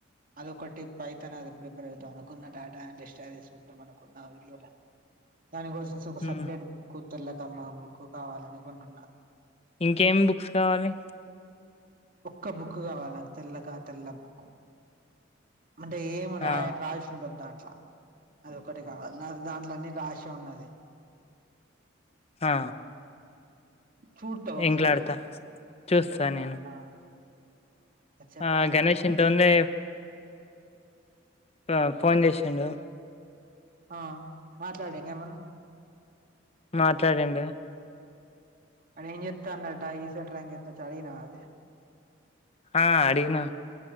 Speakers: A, on the right; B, on the left.
A: అది ఒకట్టి పైథాన్ అది ప్రిపేర్ అవుతాం అనుకున్న డాటా అండ్ రీ స్టార్ట్ చేసి చూద్దం అనుకున్న వీడియోల దానికోసం ఒక
B: హ్మ్
A: సపరేట్ బుక్ తెర్లకమ్మ బుక్ కావాల అనుకుంటున్నా
B: ఇంకేమి బుక్స్ కావాలి
A: ఒక్క బుక్ కావాలి నాకు తెల్లగా తెల్ల బుక్ అంటే ఏమి రాయ
B: ఆ
A: రాసి ఉండదు దాం అది ఒకటి కావాలి నాకు దాంట్లో అన్నీ రాసి ఉన్నది
B: ఆ
A: చూడతావా ఒకసారి
B: ఇంట్లొఎడతా చూస్తా నేను
A: ఆ చెప్పురా
B: ఆ గణేష్ ఇంట ఉందే ఆ ఫోన్ చేసాండు
A: ఆ మాట్లాడిండ ఏమన్నా
B: మాట్లాడిండు
A: అని ఏం చెప్తా అన్న టా ఈస ట్రాంక్ ఎంత చదివినవా అది
B: ఆ అడిగిన